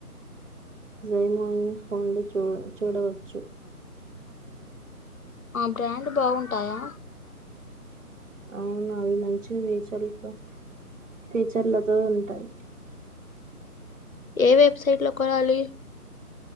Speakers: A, on the right; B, on the left.
A: జేమోయి ఫోన్లు చూడ్ చూడవచ్చు
B: ఆ బ్రాండ్ బాగుంటాయా
A: అవును అవి మంచి ఫీచర్లతో ఫీచర్లతో ఉంటాయి
B: ఏ వెబ్సైట్ లో కొనాలి